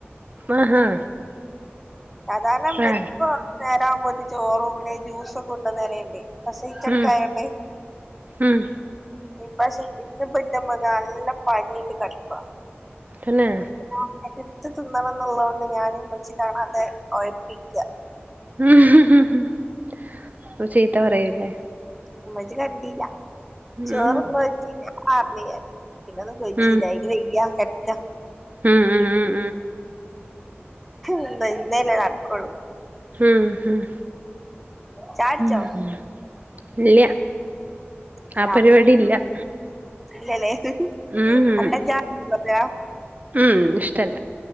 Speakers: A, on the right; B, in the centre.
A: ആഹാ
B: സാധാരണം മറ്റിപ്പോ
A: ആ
B: നേരാംപ്പൊതി ചോറും പിന്നെ ജൂസ് ഒക്കെ കൊണ്ടുവന്ന് എലയില്ലേ പ്രസവിച്ചുകെടക്കുവായൊണ്ട്
A: ഉം ഉം
B: ഈ പക്ഷെ ഇന്നിപ്പംഉമ്മാക്ക് നല്ല പനിയായിട്ട് കെടക്കുവ
A: പിന്നെ
B: <inaudible> തിന്നണോന്നുള്ളോണ്ട് ഞാനും ഉമ്മച്ചി കാണാതെ ഒഴപ്പിക്കാ
A: ഹിഹി ചീത്താ പറയൂല്ലേ
B: ഉമ്മച്ചി കണ്ടീല്ല
A: ഉം
B: ചോറൊന്നും വെച്ചീല <unintelligible> പിന്നൊന്നും ചോയിച്ചീലാ
A: ഉം
B: ഇത് വെയ്യ കെടക്കാ
A: ഉം ഉം ഉം
B: ഇന്ന് ഇന്നല്ലേ നടക്കുള്ളൂ
A: ഹും ഹും
B: ചാടിച്ചോ
A: ഉം ഇല്ല
B: ഇല്ല
A: ആ പരിപാടി ഇല്ല <inaudible>
B: ഇല്ലല്ലേ
A: ഉം ഉം
B: കട്ടൻ ചായ
A: ഉം ഇഷ്ടല്ല